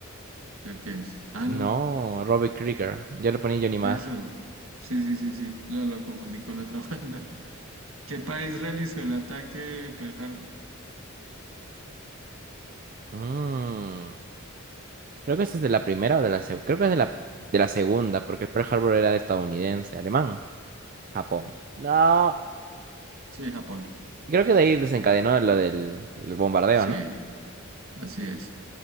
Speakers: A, on the right; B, on the right.
A: Creo que es. Ah, no.
B: No, Robbie Krieger. Yo lo ponía Johnny Marr.
A: Eso. Sí, sí, sí, sí. Lo, lo confundí con la otra <laughs> banda. ¿Qué país realizó el ataque Pearl Harbor?
B: Mm, Creo que esa es de la primera o de la segunda. Creo que es de la, de la segunda, porque Pearl Harbor era estadounidense, alemán, Japón. No.
A: Sí, Japón.
B: Creo que de ahí desencadenó
A: Eso sí.
B: lo del el bombardeo,
A: Sí,
B: ¿no?
A: así es.